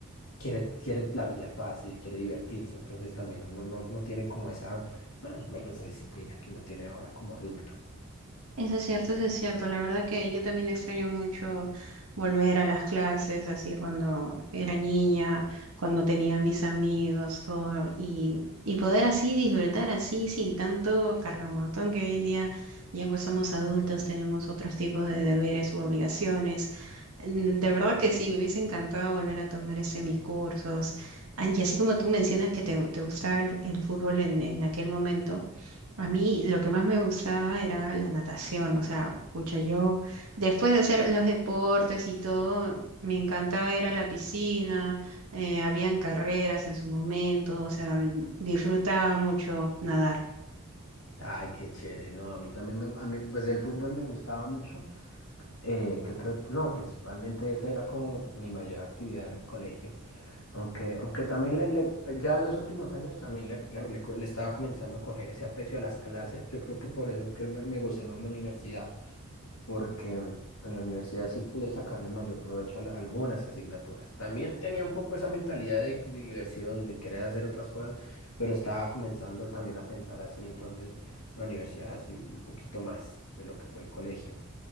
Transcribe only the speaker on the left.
quiere, quiere la vida fácil, quiere divertirse, entonces también uno no, no tiene como esa, bueno, bueno, esa disciplina que uno tiene ahora como adulto.
Ay, qué chévere. No, a mí también me, a mí pues el fútbol me gustaba mucho. Eh, ¿qué otro? No, principalmente esa era como mi mayor actividad en el colegio. Aunque, aunque también le, le- ya en los últimos años también le, le- le co- le estaba comenzando a coger ese aprecio a las clases. Yo creo que por eso creo me, me gusté más la universidad porque en la universidad sí pude sacarle mayor provecho a la- algunas asignaturas. También tenía un poco esa mentalidad de, de diversión, de querer hacer otras cosas, pero estaba comenzando también a pensar así, entonces la universidad sí, un poquito más de lo que fue el colegio.